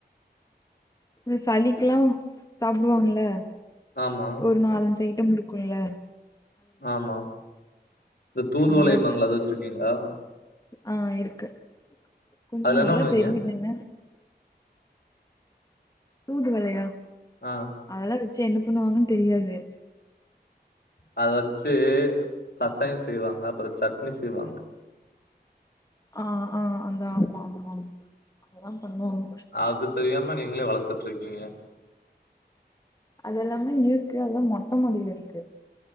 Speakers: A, on the left; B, on the left.
A: இந்த சளிக்கெல்லாம் சாப்புடுவாங்கல்ல
B: ஆமா
A: ஒரு நாலஞ்சு ஐட்டம் குடுக்குல்ல
B: ஆமா இந்த தூதுவளை
A: அதெல்லா
B: இம்பாங்களே
A: இருக்கு
B: அத வச்சிருக்கீங்களா
A: ஆ இருக்கு கொஞ்சம்
B: அதுல என்ன
A: நல்லா
B: பண்ணுவீங்க?
A: தெரியுது என்ன தூதுவளையா
B: ஆ
A: அதெல்லாம் வச்சு என்ன பண்ணுவாங்கன்னு தெரியாது
B: அத வச்சு கசாயம் செய்வாங்க அப்புறம் சட்னி செய்வாங்க
A: ஆ ஆ அந்த ஆமா ஆமா ஆம் அதெல்லாம் பண்ணுவாங்க
B: அது தெரியாம நீங்களே வளத்துட்டு இருக்கீங்க
A: அதெல்லாமே இருக்கு அதெல்லாம் மொட்ட மாடியில இருக்கு